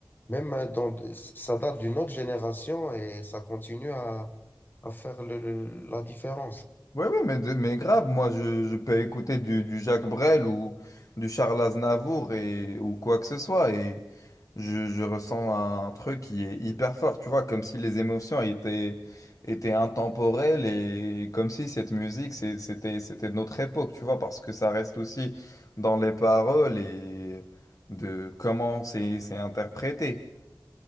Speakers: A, on the left (about 25°); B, on the left (about 50°).
A: même euh, dans, ça date d'une autre génération et ça continue à, à faire le, le- la différence.
B: Oui, oui, mais, de- mais grave, moi je, je peux écouter du, du Jacques Brel ou du Charles Aznavour et, ou quoi que ce soit et je, je ressens un truc qui est hyper fort, tu vois, comme si les émotions étaient, étaient intemporelles et comme si cette musique c'est- c'était, c'était de notre époque, tu vois, parce que ça reste aussi dans les paroles et de comment c'est, c'est interprété.